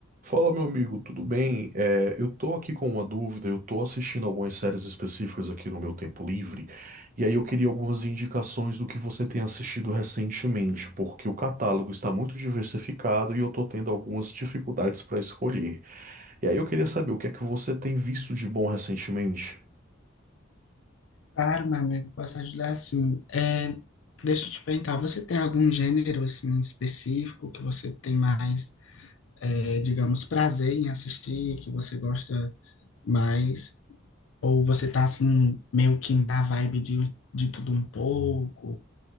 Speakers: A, on the right; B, on the left.
A: Fala, meu amigo, tudo bem? É, eu tô aqui com uma dúvida, eu tô assistindo algumas séries específicas aqui no meu tempo livre, e aí eu queria algumas indicações do que você tem assistido recentemente, porque o catálogo está muito diversificado e eu tô tendo algumas dificuldades para escolher. E aí eu queria saber o que é que você tem visto de bom recentemente?
B: Claro, meu amigo, posso ajudar assim. É, deixa eu te perguntar, você tem algum gênero assim específico que você tem mais, é, digamos, prazer em assistir, que você gosta mais? Ou você tá assim meio que na vibe de, de tudo um pouco?